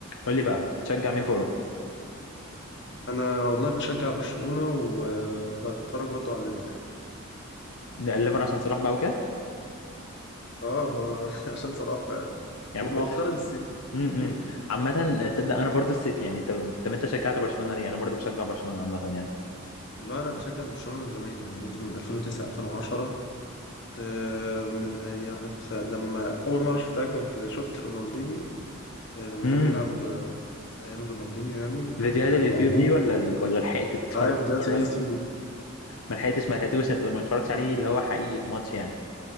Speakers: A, on the left; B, on the left.
A: قول لي بقى بتشجع مين في اوروبا
B: انا والله بشجع برشلونة وبتفرج برضو على الليفر
A: الليفر عشان صلاح بقى وكده
B: اه ما <laughs> عشان صلاح فعلا
A: يعني
B: ومؤخرا
A: ما كنتش
B: السيتي
A: امم
B: <laughs>
A: عامه تصدق انا برضو السيتي يعني انت طب انت شجعت برشلونه ليه انا برضو بشجع برشلونه عامه يعني
B: والله انا بشجع برشلونة من زمان يعني ممكن من 2009 2010 آه، من ايام ف- لما اول مره شفتها كنت شفت رونالدينيو آه، لما
A: امم
B: كان بيلعب آه، ايام رونالدينيو يعني كنت
A: فيديوهات
B: آه،
A: اليوتيوب
B: موهوب
A: دي ولا ال... ولا لحقت تتفرج
B: عارف فيديوهات
A: تتفرج
B: اليوتيوب
A: ما لحقتش ما لحقتوش انت ما اتفرجتش عليه اللي هو حقيقي في ماتش يعني